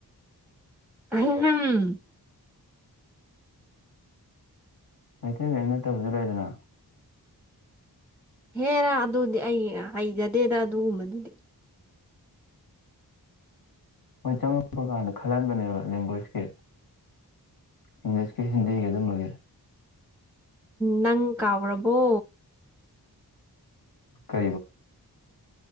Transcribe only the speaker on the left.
ꯃꯩꯇꯩꯅ ꯑ ꯅꯠꯇꯕꯁꯨ ꯂꯩꯗꯅ
ꯃꯣꯏ ꯆꯪꯉꯛꯄ ꯀꯥꯟꯗ ꯈꯜꯍꯟꯕꯅꯦꯕ ꯂꯦꯡꯒ꯭ꯋꯦꯖꯀꯤ ꯏꯪꯂꯤꯁꯀꯤ ꯍꯤꯟꯗꯤꯒꯤ ꯑꯗꯨꯝꯃꯒꯤ
ꯀ